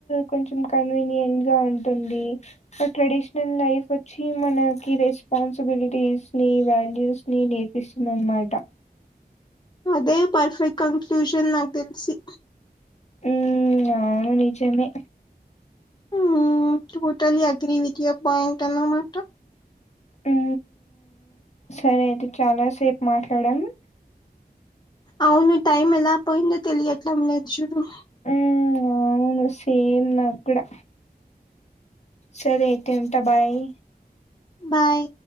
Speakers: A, on the left (about 45°); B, on the left (about 25°).
A: కొంచ కనిట్ గా ఉంటంది ట్రెడిషనల్ లైఫ్ వచ్చి మనకి రెస్పాన్సిబిలిటీస్ ని వాల్యూస్ ని నేర్పిస్తున్నారు అన్నమాట
B: అదే పర్ఫెక్ట్ కన్క్లూషన్ నాకు తెలిసి
A: ఉ అవును నిజమే
B: ఉ టోటలీ అగ్రి విడియా పోయింట్ అన్నమాట
A: ఉ సరే అయితే చాలా సేపు మాట్లాడాము
B: అవును టైమ్ ఎలా పోయిందో తెలియట్లం లేదు నేన్ చు
A: ఉ అవును సేమ్ నాక్కుడా సరే అయితే ఉంటా బాయ్
B: బాయ్